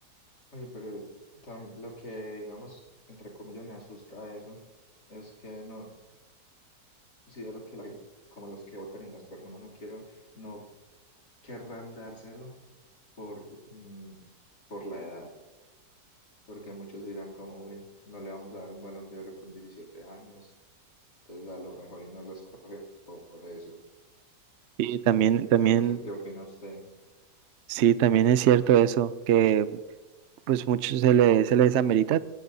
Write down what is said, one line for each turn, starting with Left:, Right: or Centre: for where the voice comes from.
Left: Oye, pero tam- lo que, digamos, entre comillas, me asusta de eso es que no considero que la, gen- como los que votan y las personas no quiero, no querrán dárselo por, mm, por la edad. porque muchos dirán como, uy, no le vamos a dar un balón de oro con 17 años, entonces a lo mejor y no lo escoge por eso.
Right: Y también, también,
Left: O no sé qué opina usted.
Right: sí, también es cierto eso, que pues muchos se le, se les amerita,